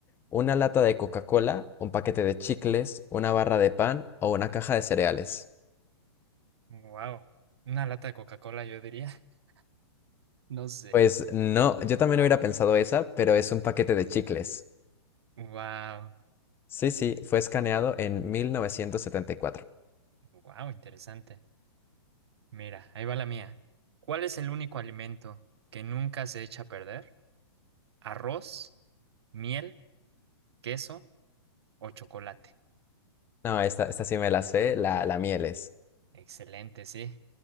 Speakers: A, on the left (about 15°); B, on the right (about 70°).
A: ¿Una lata de Coca-Cola, un paquete de chicles, una barra de pan o una caja de cereales?
B: wow. Una lata de Coca-Cola, yo diría. <laughs> No sé.
A: Pues no, yo también hubiera pensado esa, pero es un paquete de chicles.
B: Wow,
A: Sí, sí, fue escaneado en 1974.
B: wow, interesante. Mira, ahí va la mía. ¿Cuál es el único alimento que nunca se echa a perder? ¿Arroz, miel, queso o chocolate?
A: No, esta, esta sí me la sé, la, la mieles.
B: Excelente, sí.